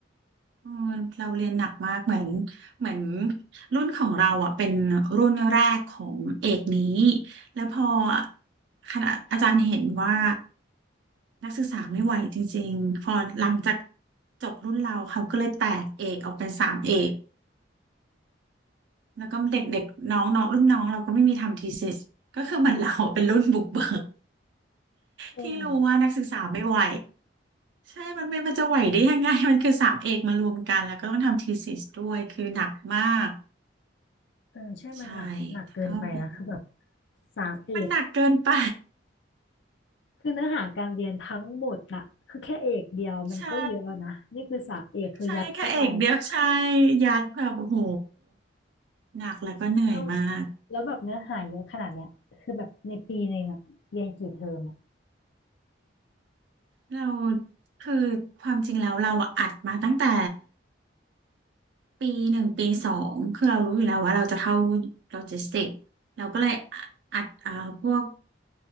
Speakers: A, on the right; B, on the left.
A: เออเราเรียนหนักมากเหมือนเหมือนรุ่นของเราอ่ะเป็นรุ่นแรกของเอกนี้แล้วพอคณะอาจารย์เห็นว่านักศึกษาไม่ไหวจริงๆพอหลังจากจบรุ่นเราเขาก็เลยแตกเอกออกเป็นสามเอกแล้วก็เด็กๆน้องน้องรุ่นน้องเราก็ไม่มีทำทีซิสก็คือเหมือนเราเป็นรุ่นบุกเบิก
B: เออ
A: ที่รู้ว่านักศึกษาไม่ไหวใช่มันไม่มันจะไหวได้ยังไง <laughs> มันคือสามเอกมารวมกันแล้วก็ต้องทำทีซิสด้วยคือหนักมาก
B: เออใช่มันหนักหนักเกินไปนะคือแบบ
A: ใช่แต่ก็เป็น
B: สามเอก
A: มันหนักเกินไป
B: คือเนื้อหาการเรียนทั้งหมดน่ะคือแค่เอกเดียวมันก็เยอะแล้วนะนี่คือสามเอกคือยัดเข้าไป
A: <laughs> ใช่ใช่แค่เอกเดียวใช่ยัดแบบโอ้โหหนักแล้วก็เหนื่อยมาก
B: ต้องแล้วแบบเนื้อหาเยอะขนาดเนี้ยคือแบบในปีหนึ่งอะเรียนกี่เทอมอะ
A: เราคือความจริงแล้วเราอะอัดมาตั้งแต่ปีหนึ่งปีสองคือเรารู้อยู่แล้วว่าเราจะเข้าโลจิสติกเราก็เลยอัดอ่าพวก